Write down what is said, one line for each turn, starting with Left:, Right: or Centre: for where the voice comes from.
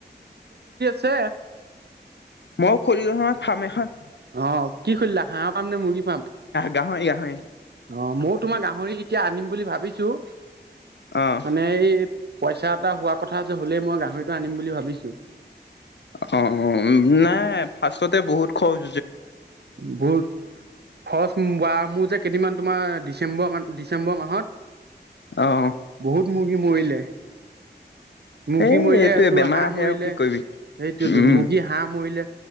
Right: ছে
Left: মই খুলিলোঁ নহয় ফাৰ্ম এখন।
Right: অহ, কি খুলিলা হাঁহ ফাৰ্ম নে মুৰ্গী ফাৰ্ম?
Left: গাহৰি গাহৰি
Right: অ', ময়ো তোমাৰ গাহৰি এতিয়া আনিম বুলি ভাবিছোঁ।
Left: অ',
Right: মানে এই পইচা এটা হোৱা কথা আছে হ'লেই মই গাহৰিটো আনিম বুলি ভাবিছোঁ।
Left: অ', অ', নাই ফাৰ্ষ্টতে বহুত খোজ
Right: বহুত খৰচ বা মোৰ যে কেইদিনমান তোমাৰ ডিচেম্বৰ মান ডিচেম্বৰ মাহত,
Left: অ',
Right: বহুত মুৰ্গি মৰিলে মুৰ্গী
Left: এই
Right: মৰিলে
Left: এইটোৱে
Right: তোৰ,
Left: বেমাৰ
Right: হাঁহ
Left: আহে
Right: মৰিলে,
Left: আৰু কি কৰিবি
Right: সেইটোতো,
Left: উম,
Right: মুৰ্গী, হাঁহ মৰিলে।